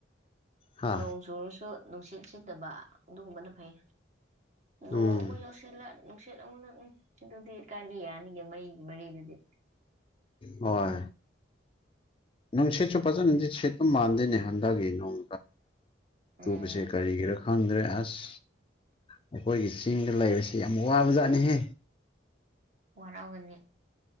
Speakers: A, on the left; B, on the right.
A: ꯍꯥ
B: ꯅꯣꯡꯖꯨꯔꯁꯨ ꯅꯨꯡꯁꯤꯠ ꯁꯤꯠꯇꯕ ꯑꯗꯨꯒꯨꯝꯕꯅ ꯐꯩ ꯅꯣꯡꯃꯣꯏ
A: ꯎꯝ
B: ꯌꯧꯁꯂ ꯅꯨꯡꯁꯤꯠ ꯑꯃꯅꯅꯨꯡ ꯁꯤ ꯑꯗꯨꯗꯤ ꯀꯜꯂꯤ ꯌꯥꯅꯤꯒꯤ ꯃꯩꯒꯤ ꯃꯔꯤꯗꯨꯗꯤ
A: ꯍꯣꯢ ꯅꯨꯡ ꯁꯤꯠꯁꯨ ꯐꯖꯅꯗꯤ ꯁꯤꯠꯄ ꯃꯥꯟꯗꯣꯏꯅꯦ ꯍꯟꯗꯛꯀꯤ ꯅꯨꯡ
B: ꯎꯝ
A: ꯁꯨ ꯄꯁꯦ ꯀꯔꯤꯒꯤꯔ ꯈꯪꯗ꯭ꯔꯦ ꯑꯁ ꯑꯩꯈꯣꯏꯒꯤ ꯆꯤꯡꯗ ꯂꯩꯕꯁꯤ ꯌꯥꯝ ꯋꯥꯕ ꯖꯥꯠꯅꯤꯍꯦ
B: ꯋꯥꯔꯥꯎꯒꯅꯤ